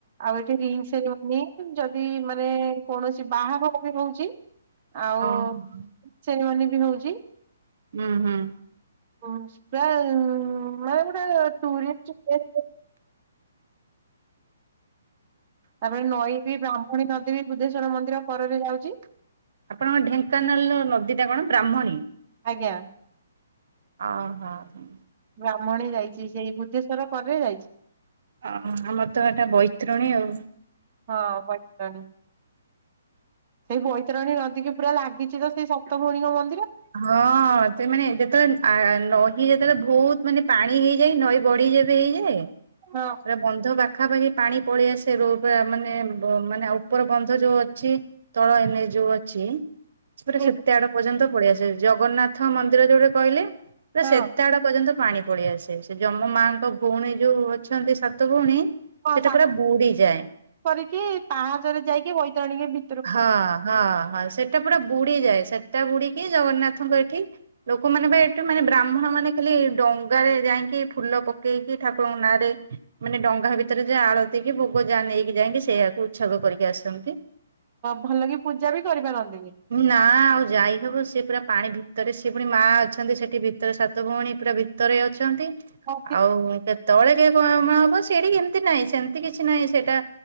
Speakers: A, on the right; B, on the right.
A: ଆଉ ଏଠି ରିଙ୍ଗ୍ ସେରିମନି ଯଦି ମାନେ କୌଣସି ବାହାଘର ବି ରହୁଚି ଆଉ
B: ଓହୋ।
A: ସେରିମନି ବି ହଉଚି।
B: ହୁଁ ହୁଁ।
A: <unintelligible> ମାନେ ଗୋଟେ ଟୁରିଷ୍ଟ ପ୍ଲେସ। ତାପରେ ନଈ ବି ବ୍ରାହ୍ମଣୀ ନଦୀ ବି ବୁଦ୍ଧେଶ୍ଵର ମନ୍ଦିର କରରେ ଯାଉଚି।
B: ଆପଣଙ୍କ ଢେଙ୍କାନାଳର ନଦୀଟା କଣ ବ୍ରାହ୍ମଣୀ।
A: ଆଜ୍ଞା।
B: ହଁ ହଁ।
A: ବ୍ରାହ୍ମଣୀ ଯାଇଛି ସେଇ ବୁଦ୍ଧେଶ୍ଵର କରେ ଯାଇଛି।
B: ଓହ ଆମର ତ ଏଟା ବୈତରଣୀ ଆଉ।
A: ହଁ ପଇସାନି ସେଇ ବୈତରଣୀ ନଦୀକି ପୁରା ଲାଗିଛି ତ ସେଇ ସପ୍ତ ଭଉଣୀଙ୍କ ମ
B: ହଁ ତ ମାନେ ଯେତେବେଳେ ଆ‌ ନ ଈ ଯେତେବେଳେ ବହୁତ ମାନେ ପାଣି ହେଇଯାଏ ନଈ ବଢିଯେବେ ହେଇଯାଏ,
A: ଆଉ।
B: ଏଟା ବନ୍ଧ ବା ପାଖାପାଖି ପାଣି ପଳେଇ ଆସେ ରୋ ପା ମାନେ ବ ମାନେ ଉପର ବନ୍ଧ ଯୋଉ ଅଛି ତଳ ଏନଏଚ ଯୋଉ ଅଛି ସେପଟେ
A: ଏଇ
B: ସେତେ ଆଡ ପର୍ଯ୍ୟନ୍ତ ପଳେଇ ଆସେ। ଜଗନ୍ନାଥ ମନ୍ଦିର ଯୋଉଠି କହିଲେ ତ
A: ହଁ
B: ସେତେଆଡ ପର୍ଯ୍ୟନ୍ତ ପାଣି ପଳେଇଆସେ। ସେ ଜମ ମାଙ୍କ ଭଉଣୀ ଯୋଉ ଅଛନ୍ତି ସାତ ଭଉଣୀ
A: ହଁ
B: ସେଟା
A: ସା
B: ପୁରା ବୁଡିଯାଏ
A: କରିକି ପାହାଚରେ ଯାଇକି ବୈତରଣୀକି ଭି
B: ହଁ ହଁ ହଁ ସେଟା ପୁରା ବୁଡି ଯାଏ। ସେ ତା ବୁଡିକି ଜଗନ୍ନାଥଙ୍କ ଏଠି ଲୋକମାନେ ବି ଏଠି ମାନେ ବ୍ରାହ୍ମଣ ମାନେ ଖାଲି ଡଙ୍ଗାରେ ଯାଇଁ ଫୁଲ ପକେଇକି ଠାକୁରଙ୍କ ନାଁ ରେ ମାନେ ଡଙ୍ଗା ଭିତରେ ଯା ଆଳତୀ କି ଭୋଗ ଯା ନେଇକି ଯାଇକି ସେ ସେୟାକୁ ଉତ୍ସର୍ଗ କରିକି ଆସନ୍ତି।
A: ଭଲ କି ପୂଜା ବି କରିବା ନନ୍ଦିନୀ।
B: ନାଁ। ପୁରା ପାଣି ଭିତରେ ସିଏ ପୁଣି ମା ଅଛନ୍ତି ସେଠି ଭିତରେ ସାତ ଭଉଣୀ ପୁରା ଭିତରେ ଅଛନ୍ତି।
A: ହଁ
B: ଆଉ କେତେବେଳେ କିଏ କୁଆ ମା ହବ। ସେଠି ଏମିତି ନାହିଁ ସେମିତି କିଛି ନାହିଁ ସେଇଟା